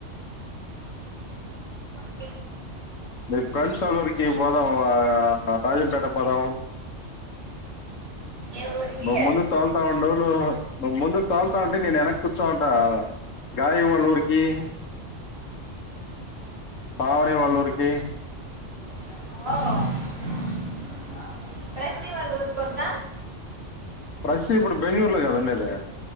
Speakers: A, on the right (about 55°); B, on the left (about 85°).
A: ఆ
B: మీ ఫ్రెండ్స్ ఓల్ల ఊరికి పోదాం ఆ రాజంపేట పోదాం
A: ఏ ఊరికి
B: మమ్మను తాల్ తా ఉండు నవ్వు నువ్వు ముందు తోల్తా అంటే నేను వెనక్ కూర్చోమంట గాయ వాళ్ళ ఊరికి పావని వాల్ల ఊరికి
A: <unintelligible> ప్రెసీ వాళ్ల ఊరికి వద్ద
B: ప్రసి ఇప్పుడు బెంగళూరులో కదా ఉండేది